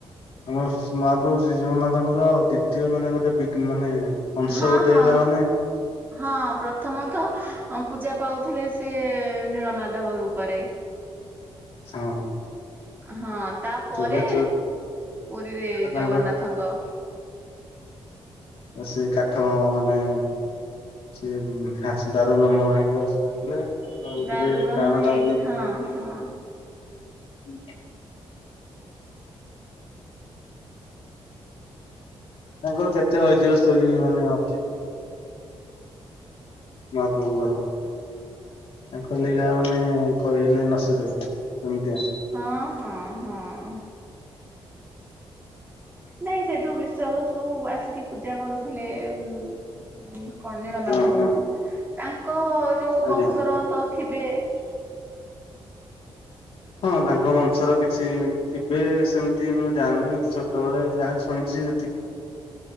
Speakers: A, on the left; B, on the right.
A: ଆମ ମହାପ୍ରଭୁ ଶ୍ରୀ ଜଗନ୍ନାଥଙ୍କର ଦ୍ଵିତୀୟ ମାନେ ଗୋଟେ ବିଗ୍ ମାନେ ଅଂଶ
B: ହଁ
A: ଗୋଟେ
B: ହଁ।
A: ହେଲା ମାନେ
B: ହଁ ପ୍ରଥମେତ ପୂଜା ପାଉଥିଲେ ସେ ନୀଳମାଧବ ରୂପରେ
A: ହଁ।
B: ହଁ ତାପରେ
A: ତେବେ ଚୋର
B: ପୁରୀରେ
A: ତାଙ୍କର
B: ଜଗନ୍ନାଥଙ୍କ
A: ସେ କାଠ ମାନେ ସେ ଦାରୁ ବ୍ରହ୍ମ ହେଇକି ଭାସିକି ଆସି ଆସିଲେ ତାଙ୍କ ଭିତରେ
B: ଦାରୁ ବ୍ରହ୍ମ
A: ଟାଣ
B: ହେଇକି
A: ଦାଣ
B: ହଁ ହଁ।
A: ହୁଁ। ତାଙ୍କର କେତେ ଐତିହ୍ୟ ଷ୍ଟୋରି ମାନେ ଅ ମହାପ୍ରଭୁଙ୍କର। ତାଙ୍କ ଲୀଳା ମାନେ କହିଲେ ନସରେ ସେମିତିଆ।
B: ହଁ ହଁ ହଁ। ନାଇଁ ସେଯୋଉ ବିଶ୍ୱା ବସୁ ଆସିକି ପୂଜା କରୁଥିଲେ ଉ କଣ ନୀଳ ମାଧବଙ୍କୁ
A: ହଁ ହଁ
B: ତାଙ୍କର ଯୋଉ
A: ଆଜ୍ଞା।
B: ବଂଶରତ ଥିବେ?
A: ହଁ ତାଙ୍କ ବଂଶର କିଛି ଥିବେ ସେମିତି ମୁଁ ଜାଣିନି କିନ୍ତୁ ଛୋଟବେଳେ ଯାହା ଶୁଣିଚି ସେତିକି